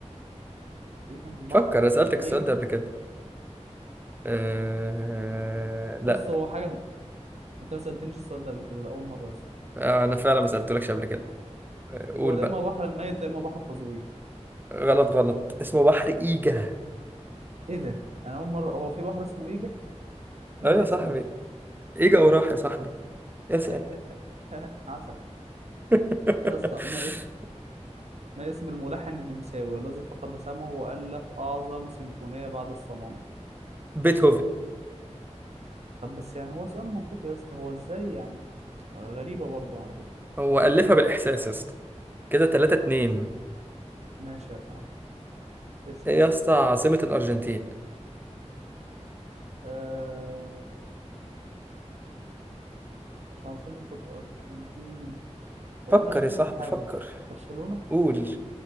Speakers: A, on the right (about 65°); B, on the right (about 15°).
A: تقريبا البحر
B: فكر أنا
A: الميت
B: سألتك السؤال ده قبل كده أه...
A: بص
B: لا
A: هو حاجه من- انت ما سالتنيش السؤال ده قبل كده ده اول مره يا اسطى
B: آه، انا فعلا ما سألتلكش قبل كده آه، قول
A: هو لا
B: بقى
A: اما بحر الميت لا اما بحر قزوين
B: غلط غلط اسمه بحر ايجا
A: ايه ده انا اول مره هو في بحر اسمه ايجا ده
B: ايوه
A: إيه الاسم
B: يا صاحبي
A: ده
B: ايجا وراح يا صاحبي اسأل
A: <laughs> عسل
B: <laughs>
A: يا اسطى ما اسم ما اسم الملحن النمساوي الذي فقد سمعه والف اعظم سيمفونيه بعد الصمام
B: بيتهوفن
A: طب بس يعني هو سؤال منطقي يا اسطى هو ازاي يعني غريبه برضه على فكره
B: هو ألفها بالإحساس يا اسطى كده 3 2
A: ماشي يا ابن عم اسال
B: ايه يا اسطى عاصمة الأرجنتين
A: آه، مش عاصمة الأرجنتين هو
B: فكر
A: أنا شاكك
B: يا صاحبي
A: في حاجة
B: فكر
A: برشلونة
B: قول